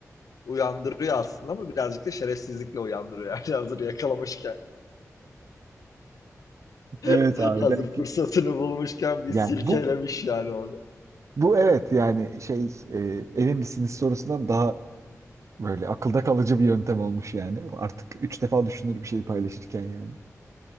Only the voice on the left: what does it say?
uyandırıyor aslında ama birazcık da şerefsizlikle uyandırıyor. Yani <laughs> hazır yakalamışken,
<laughs>
hazır
fırsatını bulmuşken bir
silkelemiş
yani onu.